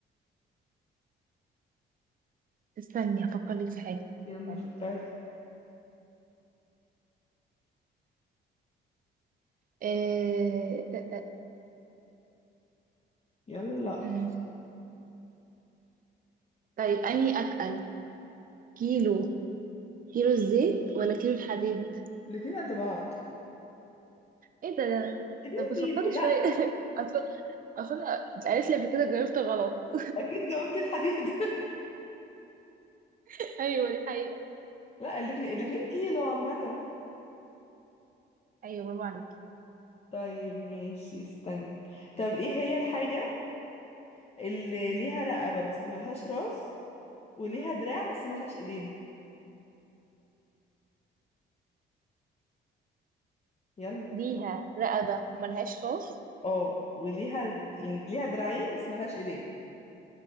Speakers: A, on the right (about 45°); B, on the left (about 30°).
A: استني افكر لك في حاجه
B: يلا
A: استني
B: فكري
A: آه آه، آه،
B: يلا
A: مم. طيب اني اتقل كيلو كيلو الزيت ولا كيلو الحديد
B: الاتنين قد بعض
A: ايه ده ده
B: الاتنين
A: طب بس
B: كيلو
A: فكري
B: لا
A: شويه <laughs> اصل اصل اتقالت لي قبل كده جاوبت غلط
B: اكيد جاوبتي الحديد <laughs>
A: <laughs> ايوه دي حقيقه
B: لا الاتنين الاتنين كيلو عامة
A: ايوه برافو عليكي
B: طيب ماشي استني طب ايه هي الحاجة اللي ليها رقبة بس ملهاش راس وليها دراع بس ملهاش ايدين يلا
A: ليها رقبة ملهاش راس
B: اه وليها يعني ليها دراعين بس ملهاش ايدين